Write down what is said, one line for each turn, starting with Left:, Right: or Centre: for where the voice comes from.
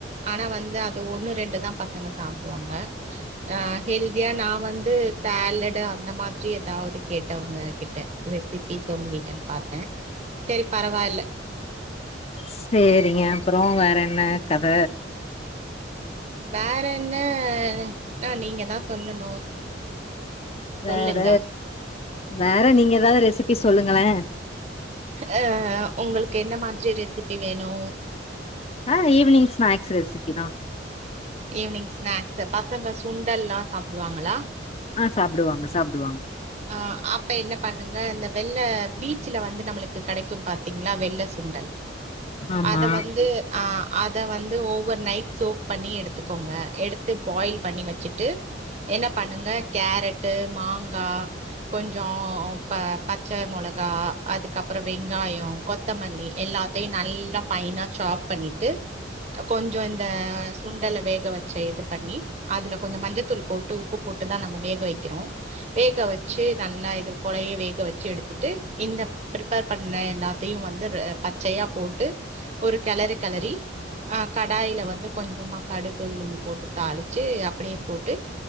Right: ஆனா வந்து அது ஒன்னு ரெண்டு தா பசங்க சாப்டுவாங்க ஆ ஹெல்தியா நா வந்து சேலடு அந்த மாத்ரி ஏதாது கேட்டவங்க கிட்ட ரெசிபி சொல்லுவீங்கனு பாத்தே சேரி பரவாயில்ல
Left: செரிங்க அப்றோ வேற என்ன கத
Right: வேற என்ன னா நீங்க தா சொல்லணு
Left: வேற
Right: சொல்லுங்க
Left: வேற நீங்க ஏதாது ரெசிபி ப்பி சொல்லுங்களே
Right: அ உங்களுகு என்ன மாத்ரி ரெசிபி வேணு
Left: ஆ ஈவினிங் ஸ்நாக்ஸ் ரெசிபி தா
Right: ஈவினிங் ஸ்நாக்ஸ் பசங்க சுண்டல்லா சாப்டுவாங்களா
Left: ஆ சாப்டுவாங்க சாப்டுவாங்க
Right: அ அப்ப என்ன பண்ணுங்க இந்த வெள்ள பீச்ல வந்து நம்மளுகு கிடைக்கு பாதீங்களா வெள்ள சுண்டல்
Left: ஆமா
Right: அத வந்து ஆ அத வந்து ஓவர் நைட் சோக் பண்ணி எடுதுகோங்க எடுது பாயில் பண்ணி வச்சுட்டு என்ன பண்ணுக கேரட்டு மாங்கா கொஞ்ச ப பச்ச மொளகா அதுகப்பறோ வெங்காயோ கொத்தமல்லி எல்லாதையு நல்லா ஃபைனா சாப் பண்ணிடு கொஞ்ச இந்த சுண்டல வேக வச்ச இது பண்ணி அதுல கொஞ்ச மஞ்சதூள் போடு உப்பு போடுதா நம்ம வேக வைக்கிறோ வேக வச் ச்சி நல்லா இது கொலய வேக வச்சு எடுத்துட்டு இந்த ப்ரிபேர் பண்ண எல்லாதயு வந்து பச்சையா போட்டு ஒரு கெளறுகெளறி ஆ கடாயில வந்து கொஞ்சமா கடுகு உளுந்து போட்டு தாளிச்சு அப்டியே போட்டு